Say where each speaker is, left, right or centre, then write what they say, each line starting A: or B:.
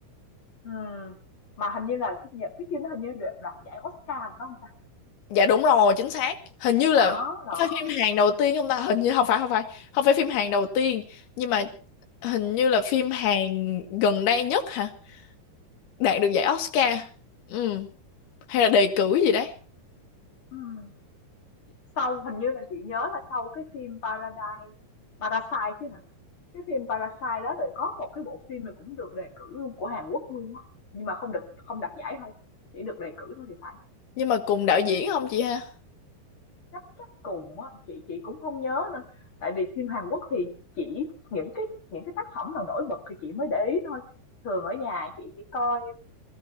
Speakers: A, on the left; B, on the left.
A: Ừm, mà hình như là cái nhờ cái phim nó hình như được đoạt giải Oscar phải không ta?
B: Dạ đúng rồi, chính xác. Hình như
A: Đó,
B: là
A: đó,
B: phải phim Hàn đầu tiên không ta? Hình như không phải không phải. Không phải phim Hàn đầu tiên, nhưng mà hình như là phim Hàn gần đây nhất hả? Đạt được giải Oscar. Ừ, hay là đề cử gì đấy.
A: ừm. Sau hình như là chị nhớ là sau cái phim Paradise Parasite chứ hả? Cái phim Parasite đó rồi có một cái bộ phim này cũng được đề cử luôn của Hàn Quốc luôn á, nhưng mà không được không đạt giải thôi, chỉ được đề cử thôi thì phải.
B: Nhưng mà cùng đạo diễn không chị ha?
A: Chắc chắc cùng á, chị chị cũng không nhớ nữa. Tại vì phim Hàn Quốc thì chỉ những cái những cái tác phẩm nào nổi bật thì chị mới để ý thôi. Thường ở nhà chị chỉ coi